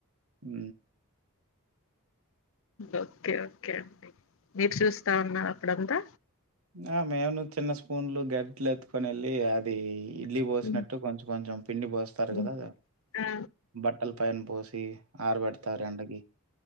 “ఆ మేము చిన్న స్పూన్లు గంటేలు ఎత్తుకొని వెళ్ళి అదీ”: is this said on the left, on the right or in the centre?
Right